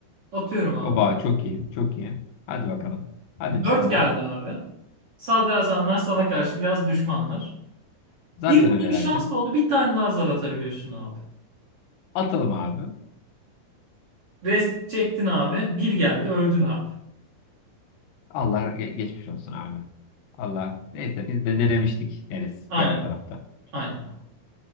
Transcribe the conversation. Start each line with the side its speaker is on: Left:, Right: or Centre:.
Right: Atıyorum abi.
Left: Oba çok iyi, çok iyi. Hadi bakalım. Hadi bismillah.
Right: 4 geldi abi. Sadrazamlar sana karşı biraz düşmanlar.
Left: Zaten
Right: Bir anda
Left: öylelerdi.
Right: bir şans doğdu. Bir tane daha zar atabiliyorsun abi.
Left: Atalım abi.
Right: Rest çektin abi. Bir geldi öldün abi.
Left: Allah ge- geçmiş olsun abi. Allah. Neyse biz de denemiştik deriz
Right: Aynen.
Left: diğer tarafta.
Right: Aynen.